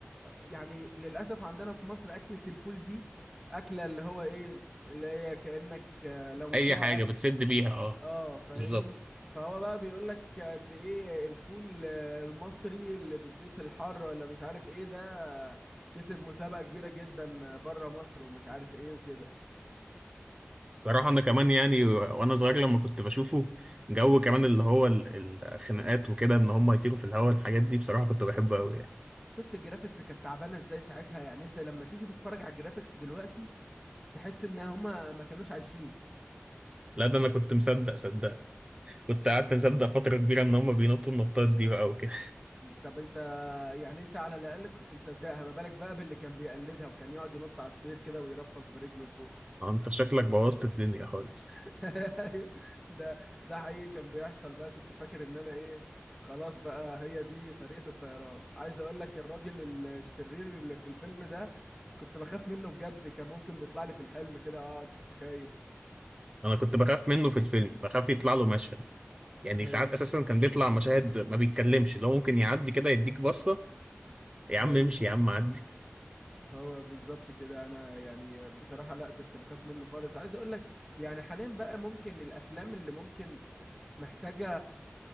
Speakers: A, in the centre; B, on the right.
A: يعني للاسف عندنا في مصر اكله الفول دي اكله اللي هو ايه اللي هي كانك آه، لو مش
B: اي
A: لاقي
B: حاجة
A: اكل
B: بتسد بيها اه
A: اه فاهمني
B: بالظبط
A: فهو بقى بيقول لك قد ايه الفول آه، المصري اللي بالزيت الحار ولا مش عارف ايه ده آه، كسب مسابقه كبيره جدا بره مصر ومش عارف ايه وكده
B: صراحة انا كمان يعني وانا صغير لما كنت بشوفه جو كمان اللي هو ال- الخناقات وكده ان هم يطيروا في الهواء الحاجات دي بصراحة كنت بحبه قوي يعني
A: شفت الجرافيكس كانت تعبانه ازاي ساعتها يعني انت لما تيجي تتفرج على الجرافيكس دلوقتي تحس ان هما ما كانوش عايشين
B: لا ده انا كنت مصدق صدق كنت قعدت
A: يعني
B: مصدق فترة كبيرة ان هم بينطوا النطات دي بقى وكده
A: طب انت يعني انت على الاقل كنت مصدقها ما بالك بقى باللي كان بيقلدها وكان يقعد ينط على السرير كده ويرفس برجله لفوق
B: <laughs> انت شكلك بوظت الدنيا خالص
A: <laughs> ده ده حقيقي كان بيحصل بقى كنت فاكر ان انا ايه خلاص بقى هي دي طريقة الطيران عايز اقول لك الراجل ال- الشرير اللي في الفيلم ده كنت بخاف منه بجد كان ممكن بيطلع لي في الحلم كده اقعد خايف
B: انا كنت بخاف منه في الفيلم بخاف يطلع له مشهد يعني
A: هي
B: ساعات اساسا كان بيطلع مشاهد ما بيتكلمش لو ممكن يعدي كده يديك بصة يا
A: هي
B: عم امشي يا عم عدي
A: هو بالظبط كده انا يعني بصراحة لا كنت بخاف منه خالص عايز اقول لك يعني حاليا بقى ممكن الافلام اللي ممكن محتاجة